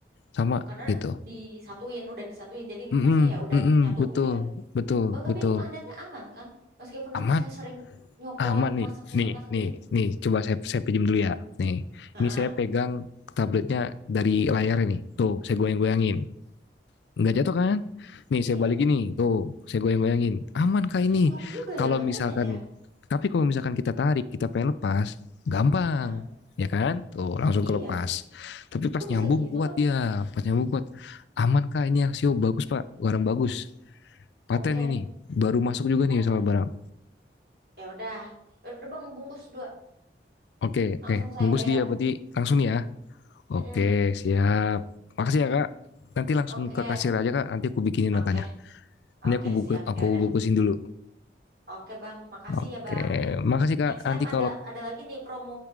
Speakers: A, on the left; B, on the right.
A: sama
B: karena
A: gitu.
B: disatuin, udah disatuin, jadi ngecasnya
A: Mm-mm,
B: ya udah
A: mm-mm,
B: nyatu
A: betul,
B: gitu ya.
A: betul,
B: Bang, tapi
A: betul.
B: ini magnetnya aman kan? Meskipun
A: Aman,
B: nanti saya sering nyopot,
A: aman nih,
B: masang, nyopot,
A: nih,
B: masang
A: nih,
B: gini.
A: nih. Coba saya saya pinjam dulu ya. Nih,
B: Heeh.
A: ini saya pegang tabletnya dari layar ini. Tuh, saya goyang-goyangin. nggak jatuh kan? Nih
B: Iya.
A: saya balik ini, tuh saya goyang-goyangin, aman kah ini?
B: Eh, kuat juga
A: Kalau
B: ya magnetnya
A: misalkan,
B: ya?
A: tapi kalau misalkan kita tarik, kita pengen lepas, gampang,
B: Heeh.
A: ya kan? Tuh langsung
B: Iya.
A: kelepas. Tapi pas
B: Kok
A: nyambung
B: bisa gitu,
A: kuat
B: Bang?
A: dia, pas nyambung kuat, aman kah ini aksio? Bagus pak, barang bagus,
B: Oke,
A: paten ini, baru masuk juga
B: oke.
A: nih soal barang.
B: Ya udah. Ya udah, Bang, bungkus dua.
A: Oke, oke,
B: Langsung saya
A: bungkus
B: bayar.
A: dia berarti langsung nih ya. Oke,
B: Mm-mm.
A: siap. Makasih ya kak. Nanti langsung
B: Oke,
A: ke kasir aja kak. Nanti aku bikinin notanya.
B: oke,
A: Nanti
B: oke,
A: aku buku,
B: siap.
A: aku
B: Ya udah.
A: bungkusin dulu.
B: Oke, Bang. Makasih
A: Oke,
B: ya, Bang.
A: makasih Kak.
B: Next
A: Nanti
B: time ada
A: kalau
B: ada lagi nih promo